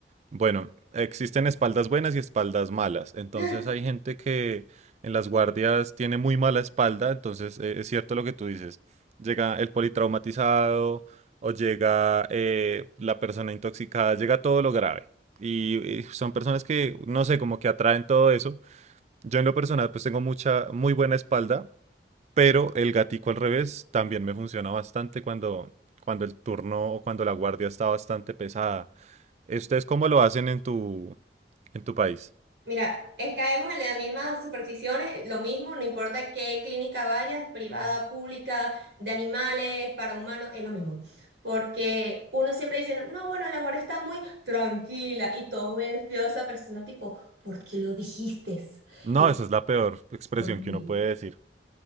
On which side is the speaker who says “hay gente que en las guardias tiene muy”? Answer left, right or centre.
Right